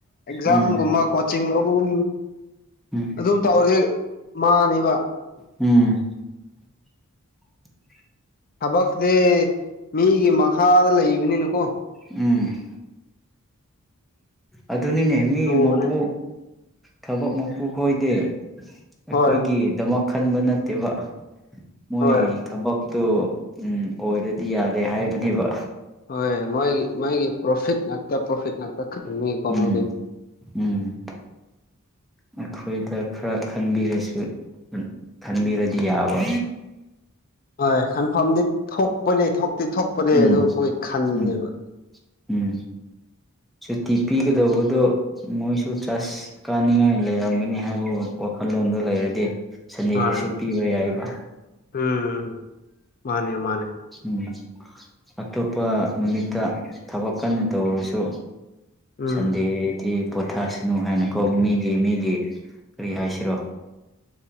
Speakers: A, on the left; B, in the centre.
A: ꯑꯦꯛꯖꯥꯝꯒꯨꯝꯕ
B: ꯎꯝ
A: ꯀꯣꯆꯤꯡ ꯂꯧꯕꯒꯨꯝ
B: ꯎꯝ
A: ꯑꯗꯨꯝ ꯇꯧꯔꯗꯤ ꯃꯥꯅꯤꯕ
B: ꯎꯝ <inaudible>
A: ꯊꯕꯁꯤ ꯃꯤꯒꯤ ꯃꯈꯥꯗ ꯂꯩꯕꯅꯤꯅꯀꯣ
B: ꯎꯝ ꯑꯗꯨꯅꯤꯅꯦ ꯃꯤ
A: ꯂꯨꯕꯅꯦ
B: ꯃꯄꯨ ꯊꯕꯛ ꯃꯄꯨ ꯈꯣꯏꯗꯦ ꯑꯩꯈꯣꯏꯒꯤꯗꯃꯛ
A: ꯍꯣꯏ
B: ꯈꯟꯕ ꯅꯠꯇꯦꯕ ꯃꯣꯏ
A: ꯍꯣꯏ
B: ꯊꯕꯛꯇꯨ ꯑꯣꯏꯔꯗꯤ ꯌꯥꯔꯦ ꯍꯥꯏꯕꯅꯦꯕ
A: ꯍꯣꯏ ꯃꯣꯏꯒꯤ ꯃꯣꯏꯒꯤ ꯄ꯭ꯔꯣꯐꯤꯠ ꯉꯥꯛꯇ ꯄ꯭ꯔꯣꯐꯤꯠ ꯂꯥꯛꯇ ꯈ ꯀꯣꯃꯗꯦ
B: ꯎꯝ ꯎꯝ ꯑꯩꯈꯣꯏꯗ ꯈꯔ ꯈꯟꯕꯤꯔꯁꯨ ꯈꯟꯕꯤꯔꯗꯤ ꯌꯥꯕ
A: ꯍꯣꯏ ꯈꯟꯐꯝꯗꯤ ꯊꯣꯛꯄꯅꯦ ꯊꯣꯛꯇꯤ ꯊꯣꯛꯄꯅꯦ
B: ꯎꯝ
A: ꯑꯗꯨ ꯃꯣꯏ ꯈꯟꯗꯦꯕ
B: ꯎꯝ ꯎꯝ ꯁꯨꯇꯤ ꯄꯤꯒꯗꯧꯕꯗꯣ ꯃꯣꯏꯁꯨ ꯆꯥꯁ ꯀꯥꯅꯤꯡꯉꯥꯏ ꯂꯩꯔꯝꯒꯅꯤ ꯍꯥꯏꯕ ꯋꯥꯈꯜ ꯐꯜꯂꯣꯟꯗꯨ ꯂꯩꯔꯗꯤ ꯁꯟꯗꯦꯗꯁꯨ
A: ꯍꯣꯏ
B: ꯄꯤꯕ ꯌꯥꯏꯕ
A: ꯎꯝ ꯎꯝ ꯃꯥꯅꯦ ꯃꯥꯅꯦ
B: ꯎꯝ ꯑꯇꯣꯞꯄ ꯅꯨꯃꯤꯠꯇ ꯊꯕꯛ ꯀꯟꯅ ꯇꯧꯔꯁꯨ
A: ꯎꯝ
B: ꯁꯟꯗꯦꯗꯤ ꯄꯣꯊꯁꯅꯨ ꯍꯥꯏꯅꯀꯣ ꯃꯤꯒꯤ ꯃꯤꯒꯤ ꯀꯔꯤ ꯍꯥꯏꯁꯤꯔꯣ